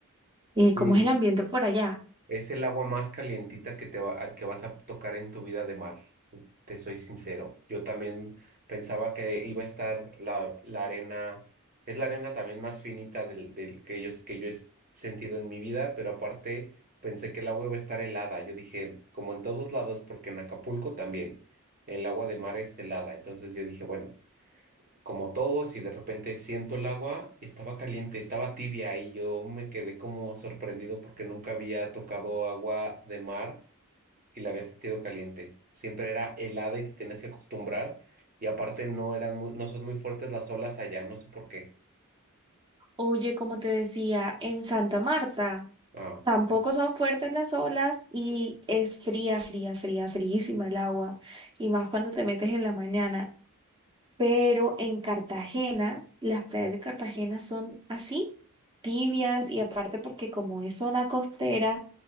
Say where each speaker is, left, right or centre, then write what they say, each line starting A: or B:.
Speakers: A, on the right; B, on the right.
A: Eh,
B: Sí,
A: ¿cómo es el ambiente por allá?
B: es el agua más calientita que te va, al que vas a tocar en tu vida de mar. Te soy sincero. Yo también pensaba que iba a estar la, la arena, es la arena también más finita del, del que yo, que yo he sentido en mi vida, pero aparte pensé que el agua iba a estar helada. Yo dije, como en todos lados, porque en Acapulco también, el agua de mar es helada. Entonces yo dije, bueno como todos y de repente siento el agua, estaba caliente, estaba tibia y yo me quedé como sorprendido porque nunca había tocado agua de mar y la había sentido caliente. Siempre era helada y te tenías que acostumbrar y aparte no eran muy- no son muy fuertes las olas allá, no sé por qué.
A: Oye, como te decía, en Santa Marta
B: Ah,
A: tampoco son fuertes las olas y es fría, fría, fría, fríísima el agua, y más cuando te metes en la mañana. Pero en Cartagena, las playas de Cartagena son así, tibias, y aparte porque como es zona costera,